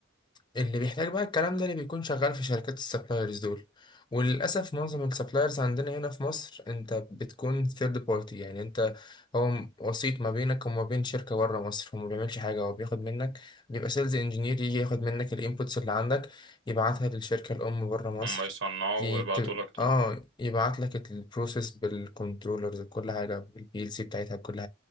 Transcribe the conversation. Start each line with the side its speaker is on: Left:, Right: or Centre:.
Left: اللي بيحتاج بقى الكلام ده اللي بيكون شغال في شركات السبلايرز دول وللأسف معظم السبلايرز عندنا هنا في مصر أنت بتكون ثيرد بارتي يعني أنت هو م- وسيط ما بينك وما بين شركة بره مصر هو ما بيعملش حاجة هو بياخد منك بيبقى سيلز انجينير يجي ياخد منك الانبوتس اللي عندك يبعتها للشركة الأم بره مصر
Right: هم يصنعوا
Left: يت...
Right: ويبعتوا لك تاني
Left: اه يبعت لك البروسيس بالكنترولرز بكل حاجة بالبي ال سي بتاعتها بكل